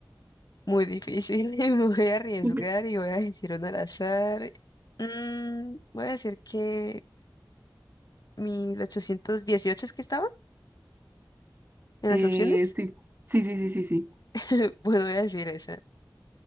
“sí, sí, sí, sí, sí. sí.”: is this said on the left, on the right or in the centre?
Right